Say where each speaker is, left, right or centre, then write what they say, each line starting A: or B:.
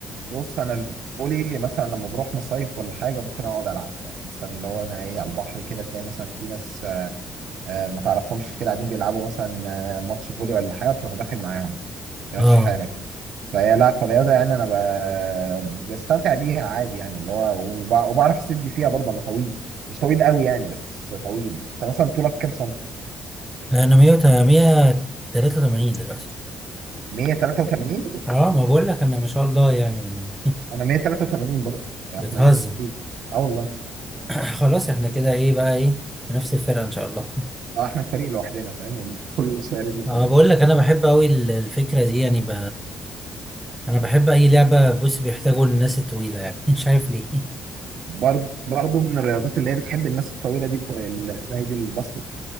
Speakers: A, on the right; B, in the centre.
A: بص انا الفولي مثلا لما بروح مصيف ولا حاجه ممكن اقعد العب يعني مثلا اللي هو انا ايه على البحر كده تلاقي مثلا في ناس آه، ما تعرفهمش كده قاعدين بيلعبوا مثلا آه، ماتش فولي ولا حاجه تروح داخل معاهم تمشي
B: اه
A: حالك فهي لا كرياضه يعني انا ب- بستمتع بيها عادي يعني اللي هو وبع- وبعرف اسد فيها برضه انا طويل مش طويل قوي يعني بس طويل انت مثلا طولك كام سنتي
B: انا 183 دلوقتي
A: 183
B: اه ما بقول لك انا ما شاء الله يعني
A: انا 183 برضه
B: <laughs> بتهزر
A: احنا نفس الطول اه والله
B: <clears throat> <laughs> خلاص احنا كده ايه بقى ايه نفس الفرقه ان شاء الله
A: اه احنا الفريق لوحدنا فاهم كل صغيرين جدا
B: اه بقول لك انا بحب قوي الفكره دي يعني ب... انا بحب اي لعبه بص بيحتاجوا الناس الطويله يعني <laughs> مش عارف ليه
A: برضه برضه من الرياضات اللي هي بتحب الناس الطويله دي اللي اسمها ايه دي الباسكت